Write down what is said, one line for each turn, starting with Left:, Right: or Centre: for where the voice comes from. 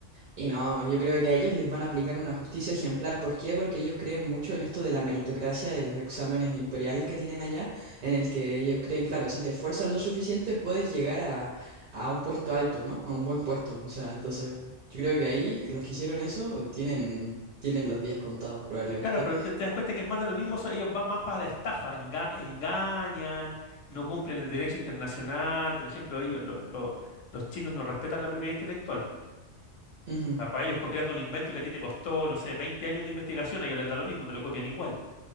Right: y no, yo creo que a ellos les van a aplicar una justicia ejemplar. ¿Por qué? Porque ellos creen mucho en esto de la meritocracia, de los exámenes imperiales que tienen allá, en el que ellos creen, claro, si te esfuerzas lo suficiente puedes llegar a, a un puesto alto, ¿no? A un buen puesto. O sea, entonces yo creo que ahí los que hicieron eso tienen, tienen los días contados probablemente.
Left: Claro, pero te, te das cuenta que es más de lo mismo, o sea, ellos van más para la estafa, enga- engañan, no cumplen el derecho internacional, por ejemplo, ellos, lo- lo- los chinos no respetan la propiedad intelectual, po. O
Right: Ujú.
Left: sea, para ellos copiarte un invento que a ti te costó, no sé, 20 años de investigación, a ellos les da lo mismo, te lo copian igual,